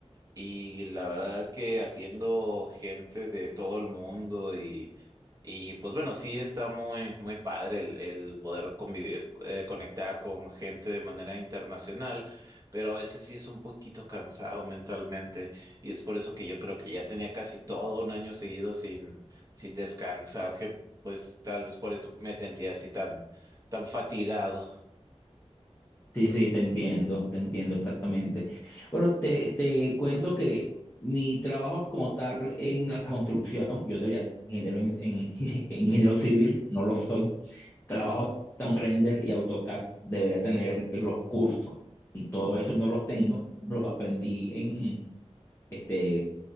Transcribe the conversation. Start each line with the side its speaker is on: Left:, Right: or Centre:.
Right: Y la verdad que atiendo gente de todo el mundo y, y pues bueno, sí está muy, muy padre el, el poder convivir- eh, conectar con gente de manera internacional, pero a veces sí es un poquito cansado mentalmente y es por eso que yo creo que ya tenía casi todo un año seguido sin, sin descansar, que pues tal vez por eso me sentía así tan, tan fatigado.
Left: Sí, sí, te entiendo, te entiendo exactamente. Bueno, te, te cuento que mi trabajo como tal en la construcción, yo debería ser ingeniero en, en- <laughs> en ingeniero civil, no lo soy. Trabajo Town Render y AutoCAD, debería tener los cursos y todo eso no los tengo. Lo aprendí en, este,